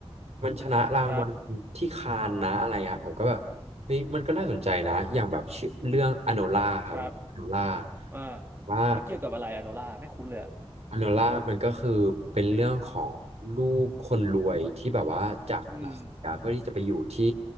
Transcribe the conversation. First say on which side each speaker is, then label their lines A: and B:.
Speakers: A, on the right (about 85°); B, on the right (about 20°).
A: มันชนะรางวัลที่คานนะอะไรอ่ะผมก็แบบ
B: ครับ
A: เฮ้ยมันก็น่าสนใจนะอย่างแบบชื่อเรื่องอโนล่าครับอโนล่า
B: ครับอ่า
A: ว่า
B: มันเกี่ยวกับอะไรอะโนล่าไม่คุ้นเลยอะ
A: อันโนล่ามันก็คือเป็นเรื่องของลูกคนรวยที่แบบว่าจากลาสเวกัสเพื่อที่จะไปอยู่ที่
B: อืม